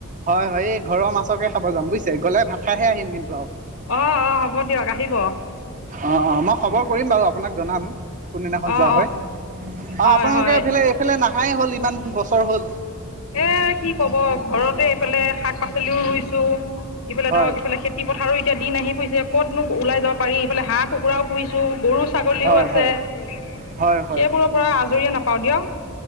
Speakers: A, on the right (about 35°); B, on the left (about 70°).
A: হয় এই ঘৰৰ মাছকে খাব যাম বুইছে গ'লে ভাত খাইহে আহিম কিন্তু আও।
B: অ অ হ'ব দিয়ক আহিব।
A: অ অ মই কৰিম বাৰু আপোনাক জনাম কোনদিনাখন
B: অঁ
A: যোৱা হয়। আও
B: হয়
A: আপোনালোকে
B: হয়
A: এইফালে এইফালে নাহাই হ'ল ইমান বছৰ হ'ল।
B: এ কি ক'ব ঘৰতে এইফালে শাক-পাচলিও ৰুইছো, ইফালে
A: হয়
B: ধৰক ইফালে খেতি পথাৰৰো এতিয়া দিন আহি পৰিছে ক'তনো ওলাই যাব পাৰি, ইফালে হাঁহ-কুকুৰাও পুহিছো গৰু ছাগলীও
A: হয়
B: আছে
A: হয়।
B: সেইবোৰৰ
A: হয় হয়
B: পৰা আজৰিয়ে নাপাওঁ দিয়ক।